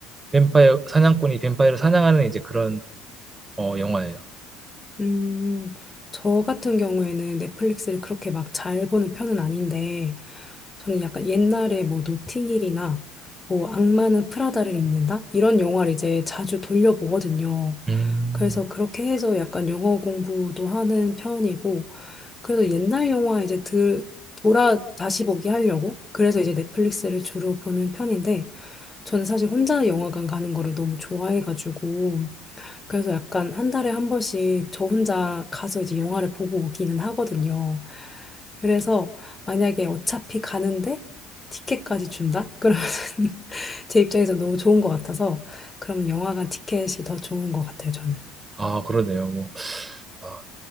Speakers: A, on the right (about 25°); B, on the left (about 20°).
A: 뱀파이어 사냥꾼이 뱀파이어를 사냥하는 이제 그런 어, 영화예요.
B: 음, 저 같은 경우에는 넷플릭스를 그렇게 막 잘 보는 편은 아닌데, 저는 약간 옛날에 뭐 노팅힐이나 뭐 악마는 프라다를 입는다? 이런 영화를 이제 자주 돌려보거든요.
A: 음.
B: 그래서 그렇게 해서 약간 영어 공부도 하는 편이고, 그래서 옛날 영화 이제 들, 돌아 다시 보기 하려고 그래서 이제 넷플릭스를 주로 보는 편인데 저는 사실 혼자 영화관 가는 거를 너무 좋아해가지고 그래서 약간 한 달에 한 번씩 저 혼자 가서 이제 영화를 보고 오기는 하거든요. 그래서 만약에 어차피 가는데 티켓까지 준다? 그러면 <laughs> 제 입장에서 너무 좋은 것 같아서 그러면 영화관 티켓이 더 좋은 것 같아요, 저는.
A: 아 그러네요. 뭐 아,